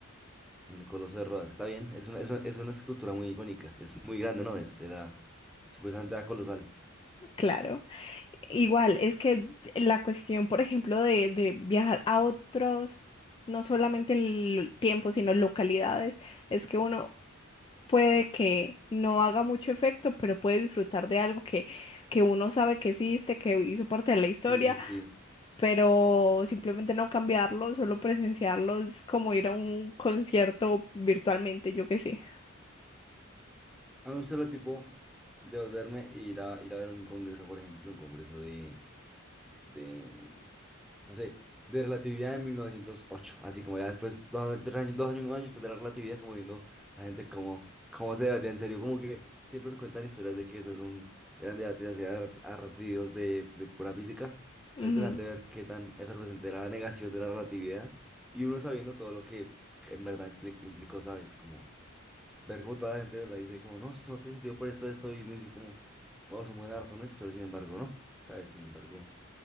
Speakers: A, in the centre; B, on the left.
A: en el Coloso de Rodas, está bien, es una, es una, es una escultura muy icónica, es muy grande, ¿no? Es, era, supuestamente era colosal.
B: Claro. Igual, es que la cuestión, por ejemplo, de, de viajar a otros, no solamente el tiempo, sino localidades, es que uno puede que no haga mucho efecto, pero puede disfrutar de algo que, que uno sabe que existe, que hizo parte de la historia,
A: Sí, sí, sí.
B: pero simplemente no cambiarlo, solo presenciarlo es como ir a un concierto virtualmente, yo qué sé.
A: A mí me gusta el tipo de volverme e ir a, ir a ver un congreso, por ejemplo, un congreso de de, no sé, de relatividad de mil novecientos ocho Así como ya después, dos, tres años, dos años, un año después de la relatividad, como viendo la gente cómo cómo se debatía en serio. Como que siempre nos cuentan historias de que eso es un, eran debates así ar- ardidos de, de pura física.
B: Ujú.
A: Es interesante ver qué tan efervescente era la negación de la relatividad y uno sabiendo todo lo que en verdad impli- implicó, ¿sabes? Como ver cómo toda la gente de verdad dice como, no, eso no tiene sentido por esto, eso, y no decir como, oh, son buenas razones, pero sin embargo, no, ¿sabes? Sin embargo.